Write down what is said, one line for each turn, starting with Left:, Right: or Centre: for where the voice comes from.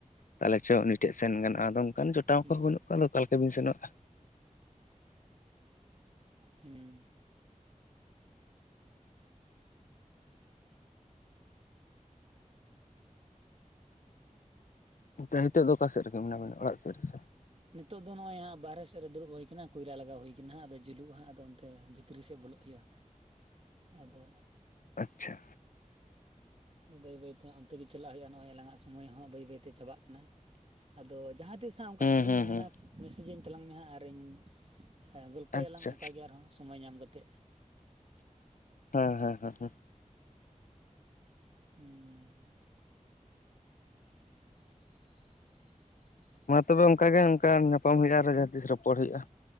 Left: ᱛᱟᱦᱚᱞᱮ ᱪᱚ ᱩᱱᱤ ᱴᱷᱮᱱ ᱥᱮᱱ ᱜᱟᱱᱚᱜᱼᱟ ᱟᱫᱚ ᱚᱱᱠᱟᱱ ᱡᱚᱴᱟᱣ
Right: ᱦᱩᱸ
Left: ᱠᱚᱦᱚᱸ ᱵᱟᱹᱱᱩᱜ ᱠᱚᱣᱟ ᱟᱫᱚ ᱚᱠᱟ ᱞᱮᱠᱟ ᱵᱤᱱ ᱥᱮᱱᱚᱜᱼᱟ
Right: ᱦᱩᱸ
Left: ᱟᱫᱚ ᱦᱤᱛᱳᱜ ᱫᱚ ᱚᱠᱟ ᱥᱮᱫ ᱨᱮᱜᱮ ᱢᱮᱱᱟᱜ ᱵᱮᱱᱟ ᱚᱲᱟᱜ ᱥᱮᱫ ᱨᱮᱥᱮ
Right: ᱱᱤᱛᱚᱜ ᱫᱚ ᱱᱚᱜᱼᱚᱭ ᱦᱟᱸᱜ ᱵᱟᱦᱨᱮ ᱥᱮᱫ ᱨᱮ ᱫᱩᱲᱩᱵ ᱦᱩᱭ ᱠᱟᱱᱟ ᱠᱚᱭᱞᱟ ᱞᱟᱜᱟᱣ ᱦᱩᱭ ᱠᱟᱱᱟ ᱦᱟᱸᱜ ᱟᱫᱚ ᱡᱩᱞᱩᱜᱼᱟ ᱦᱟᱸᱜ ᱟᱫᱚ ᱚᱱᱛᱮ ᱵᱷᱤᱛᱨᱤ ᱥᱮᱫ ᱵᱚᱞᱚᱜ ᱦᱩᱭᱩᱜᱼᱟ
Left: <inaudible>
Right: ᱟᱫᱚ
Left: ᱟᱪᱪᱷᱟ
Right: ᱟᱫᱚ ᱵᱟᱹᱭ ᱵᱟᱹᱭ ᱛᱮ ᱚᱱᱛᱮ ᱜᱮ ᱪᱟᱞᱟᱜ ᱦᱩᱭᱩᱜᱼᱟ ᱱᱚᱜᱼᱚᱭ ᱟᱞᱟᱝ-ᱟᱜ ᱥᱚᱢᱚᱭ ᱦᱚᱸ ᱵᱟᱹᱭ ᱵᱟᱹᱭᱛᱮ ᱪᱟᱵᱟᱜ ᱠᱟᱱᱟ ᱟᱫᱚ ᱡᱟᱦᱟᱸ ᱛᱤᱥ ᱦᱟᱸᱜ ᱚᱱᱠᱟ
Left: ᱦᱩᱸ
Right: ᱯᱷᱨᱤᱢ
Left: ᱦᱩᱸ
Right: ᱛᱟᱦᱮᱱᱟ
Left: ᱦᱩᱸ
Right: ᱢᱮᱥᱮᱡ ᱤᱧ ᱛᱟᱞᱟᱝ ᱢᱮ ᱦᱟᱸᱜ ᱟᱨ ᱤᱧ ᱦᱮᱸ ᱜᱚᱞᱯᱚᱭᱟᱞᱟᱝ
Left: ᱟᱪᱪᱷᱟ
Right: ᱚᱱᱠᱟ ᱜᱮ ᱟᱨᱦᱚᱸ ᱥᱚᱢᱚᱭ ᱧᱟᱢ ᱠᱟᱛᱮᱫ
Left: ᱦᱮᱸ ᱦᱮᱸ ᱦᱮᱸ ᱦᱮᱸ
Right: ᱦᱩᱸ <unintelligible> ᱱᱚᱣᱟ ᱤᱭᱟᱹ ᱨᱮᱭᱟᱜ ᱜᱮ
Left: ᱢᱟ ᱛᱚᱵᱮ ᱚᱱᱠᱟ ᱜᱮ ᱚᱱᱠᱟ ᱧᱟᱯᱟᱢ ᱦᱩᱭᱩᱜᱼᱟ ᱟᱨᱦᱚ ᱡᱟᱦᱟᱸ ᱛᱤᱥ ᱨᱚᱯᱚᱲ ᱦᱩᱭᱩᱜᱼᱟ